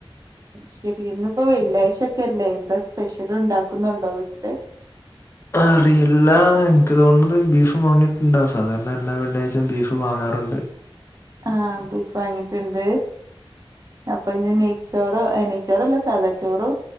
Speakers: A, on the right (about 35°); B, on the left (about 25°).
A: ശരി ഇന്നിപ്പോ വെള്ളിയാഴ്ചൊക്കെ അല്ലേ എത്താ സ്പെഷ്യലു ണ്ടാക്കുന്നുണ്ടോ വീട്ടില്
B: അറിയില്ല എനിക്ക് തോണത് ബീഫും വാങ്ങിയിട്ട് ഉണ്ടാവും സാധാരണ എല്ലാ വള്ളേജും ബീഫ് വാങ്ങാറുണ്ട്
A: ആഹ് ബീഫ് വാങ്ങിട്ടുണ്ട് അപ്പൊ ഇന്ന് നെയ്ച്ചോറോ അനെയച്ചോറോ അല്ല സാദാച്ചോറോ